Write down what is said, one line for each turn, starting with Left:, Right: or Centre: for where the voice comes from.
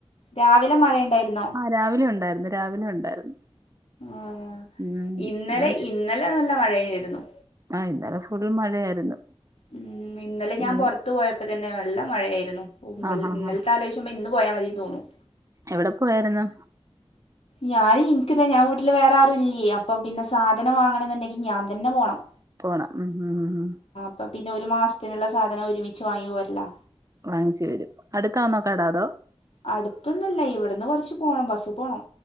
Left: രാവിലെ മഴ ഇണ്ടായിര്ന്നോ?
Right: ആഹ് രാവിലെ ഉണ്ടായിരുന്നു രാവിലെ ഉണ്ടായിരുന്നു
Left: ആഹ്
Right: ഉം
Left: ഇന്നലെ ഇന്നലെ നല്ല മഴായിരുന്നു
Right: ആഹ് ഇന്നലെ ഫുൾ മഴയായിരുന്നു
Left: ഉം ഇന്നലെ
Right: പിന്നെ
Left: ഞാൻ പൊറത്ത് പോയപ്പോ തന്നെ നല്ല മഴയായിരുന്നു ഉം
Right: ആഹ്
Left: ല്
Right: ഹാ
Left: ഇന്നലത്തെ
Right: ഹാ
Left: ആലോയി ക്കുമ്പോ ഇന്ന് പോയ മതീന്ന് തോന്നും
Right: എവടെ പോയാരുന്നു?
Left: ഞാന് ഇന്ക്ക്ത് ഞാൻ വീട്ട്ല് വേറാരുല്ല്യേ അപ്പോ പിന്നെ സാധനം വാങ്ങണന്ന്ണ്ടെ ങ്കി ഞാൻ തന്നെ പോണം
Right: പോണം ഉം ഉം ഉം ഉം
Left: അപ്പ പിന്നെ ഒരു മാസത്തിന്ള്ള സാധനം ഒരുമിച്ച് വാങ്ങി പോരലാ
Right: വാങ്ങിച്ച് വെരും അട്ത്താന്നോ കട അതോ
Left: അടുത്തൊന്നും ഇല്ല ഇവ്ടന്ന് കൊറച്ച് പോണം ബസ്സ്‌ പോണം